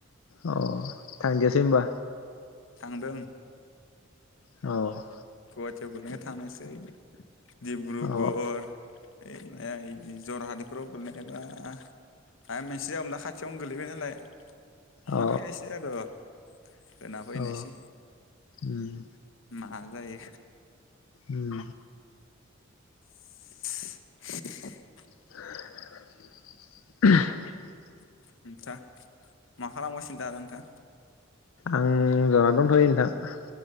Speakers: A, on the left; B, on the left.
A: अ थांदियासै होनबा
B: थांदों
A: औ
B: गुवाहाटीयाव गोलैनायखाय थांनायसै डिब्रुगर
A: अ
B: ओइ माया बिदि जरहादफ्राव गोलैनायबा मायबा मोनसे जागोमोन दा खाथियावनो गोलैबाय नालाय थांना
A: अ
B: फैनायसै आरो होना फैनायसै
A: अ उम
B: मा जायो
A: उम
B: <inaudible>
A: <inaudible> <unintelligible>
B: नोंथा मा खालामगासिनो दा नोंथा?
A: आं जना दंथ'यो नोंथां।